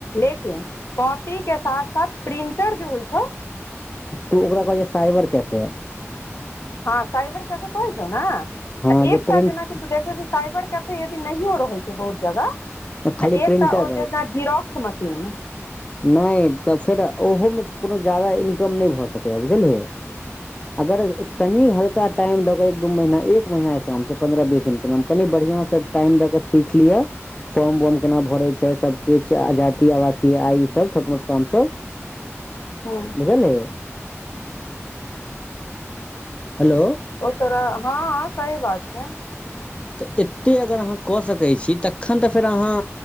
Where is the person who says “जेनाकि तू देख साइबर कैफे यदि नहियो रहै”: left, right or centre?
Left